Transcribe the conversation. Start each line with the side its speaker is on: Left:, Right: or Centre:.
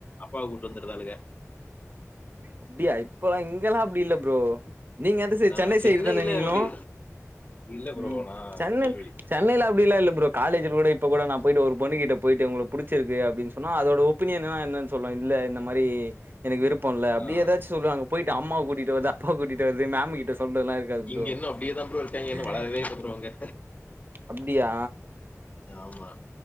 Left: அப்பாவ கூட்ட்டு வந்துருந்தாளுங்க
Right: அப்டியா இப்பல்லா இங்கல்லா அப்டி இல்ல ஃப்ரோ நீங்க எந்த ‌சைடு
Left: ஆ
Right: சென்னை
Left: சென்னையில
Right: சைடு தானே நீங்களு
Left: அப்டி இல்ல ப்ரோ
Right: ம்
Left: நா
Right: சென்னை
Left: திருநெல்வேலி
Right: சென்னையில அப்டில்லா இல்ல ஃப்ரோ காலேஜ்ல கூட இப்ப கூட நா போய்ட்டு ஒரு பொண்ணிட்ட போய்ட்டு உங்கள புடிச்சிருக்கு அப்டின்னு சொன்னா அதோட இப்ப நீ என்னன்னா என்னனு சொல்ல இல்ல இந்த மாறி எனக்கு விருப்ப இல்ல
Left: ஆ
Right: அப்டி ஏதாச்சு சொல்றாங்க போய்ட்டு அம்மாவ கூட்டிட்டு வருது அப்பாவ கூட்டிட்டு வருது மேம் கிட்ட சொல்றதலா இருக்
Left: இங்க இன்னு அப்டியே தா ப்ரோ இருக்காங்க
Right: <unintelligible>
Left: இன்னு வளரவே இல்ல ப்ரோ இங்க
Right: அப்டியா
Left: ஆமா